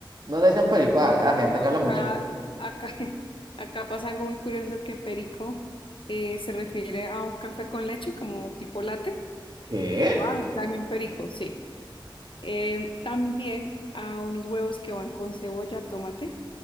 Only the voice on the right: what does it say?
No le decían perico a la
gente que habla
mucho.
¿Qué?